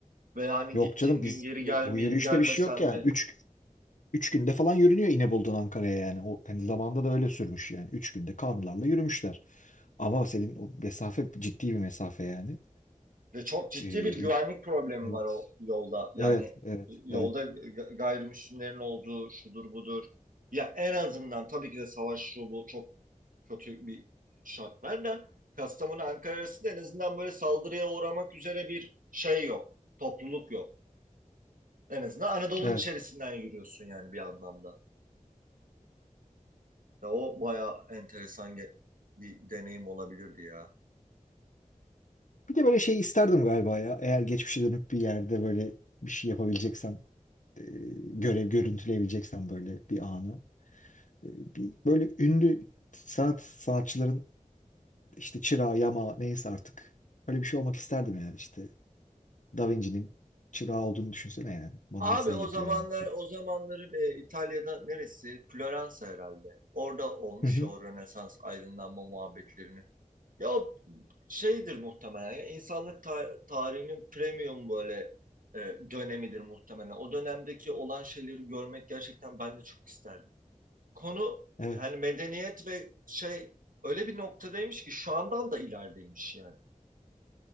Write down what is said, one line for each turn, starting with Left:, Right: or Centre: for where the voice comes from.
Right: Ve yani
Left: Yok
Right: gittiğim
Left: canım biz
Right: gün geri
Left: bu,
Right: gelme,
Left: bu yürüyüşte
Right: gelmesem
Left: bir şey yok ya.
Right: mi?
Left: Üç, üç günde falan yürünüyor İnebolu'dan Ankara'ya yani. O hani zamanda da öyle sürmüş yani. Üç günde kanılarla yürümüşler. Ama senin o mesafe ciddi bir mesafe yani.
Right: Ve çok ciddi
Left: Ee,
Right: bir güvenlik problemi
Left: evet.
Right: var o yolda. Yani
Left: Evet, evet,
Right: e, yolda
Left: evet,
Right: ga- gayrimüslimlerin olduğu şudur budur. Ya en azından tabii ki de savaş şu bu çok kötü bir şartlar da Kastamonu Ankara arasında en azından böyle saldırıya uğramak üzere bir şey yok. Topluluk yok. En azından Anadolu'nun
Left: evet.
Right: içerisinden yürüyorsun yani bir anlamda. Ya o bayağı enteresan ge- bir deneyim olabilirdi ya.
Left: Bir de böyle şey isterdim galiba ya. Eğer geçmişe dönüp bir yerde böyle bir şey yapabileceksem, e, görev görüntüleyebileceksem böyle bir anı. E, bir böyle ünlü sanat sanatçıların işte çırağı, yama neyse artık. Öyle bir şey olmak isterdim yani işte. Da Vinci'nin çırağı olduğunu düşünsene yani. Mona
Right: Abi
Left: Lisa'yı
Right: o
Left: yapıyor
Right: zamanlar
Left: önünde.
Right: o zamanları e, İtalya'da neresi? Floransa herhalde. Orada olmuş
Left: Hı hı,
Right: ya o Rönesans aydınlanma muhabbetlerini. Ya o şeydir muhtemelen ya insanlık ta- tarihinin premium böyle e, dönemidir muhtemelen. O dönemdeki olan şeyleri görmek gerçekten ben de çok isterdim. konu
Left: evet.
Right: yani medeniyet ve şey öyle bir noktadaymış ki şu andan da ilerideymiş yani.